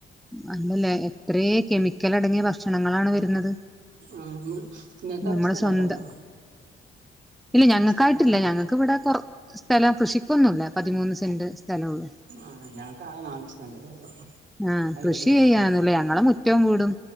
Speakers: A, in the centre; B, on the right (about 65°).
A: അല്ലല്ല എത്ര കെമിക്കൽ അടങ്ങിയ ഭക്ഷണങ്ങളാണ് വരുന്നത്.
B: ആ <unintelligible> ഇങ്ങക്കവടെ
A: നമ്മള്
B: സ്ഥലൊക്കെ
A: സ്വന്തം
B: ഉണ്ടോ?
A: ഇല്ല ഞങ്ങൾക്കായിട്ടില്ല
B: സ്ഥലൊക്കെ ഉണ്ടോ
A: ഞങ്ങൾക്ക് ഇവിടെ കൊർ സ്ഥലം കൃഷിക്കൊന്നുല്ല പതിമൂന്ന് സെന്റ്. സ്ഥലള്ളൂ
B: ആ ഞങ്ങക്കാകെ <unintelligible> സെന്റ് <unintelligible>
A: ആ
B: അയിലൊരു
A: കൃഷി ചെയ്യനുലെ
B: വീടും
A: ഞങ്ങളെ മുറ്റോം വീടും